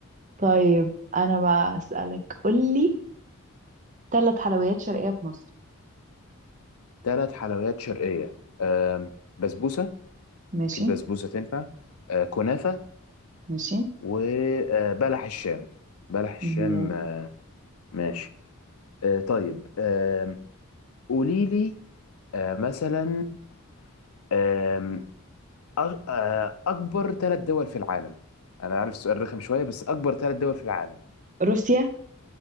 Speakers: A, on the right (about 35°); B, on the left (about 75°).
A: طيب أنا بقى أسألك قول لي ثلاث حلويات شرقية في مصر
B: ثلاث حلويات شرقية آه بسبوسة
A: ماشي
B: أكيد بسبوسة تنفع آه كنافة
A: ماشي
B: وبلح الشام بلح الشام
A: م-
B: آه ماشي آه طيب آه قولي لي آه مثلا آم، أغ... آه، أكبر ثلاث دول في العالم أنا عارف السؤال رخم شوية بس أكبر ثلاث دول في العالم
A: روسيا